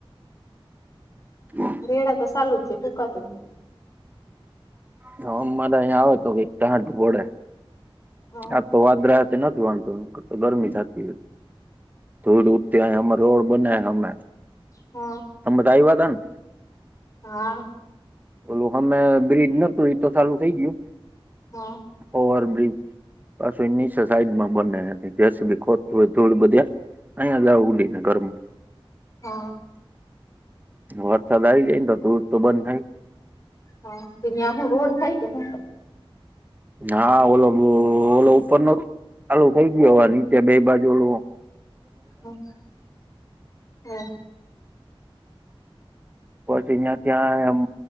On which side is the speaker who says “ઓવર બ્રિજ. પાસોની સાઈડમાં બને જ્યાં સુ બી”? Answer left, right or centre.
Right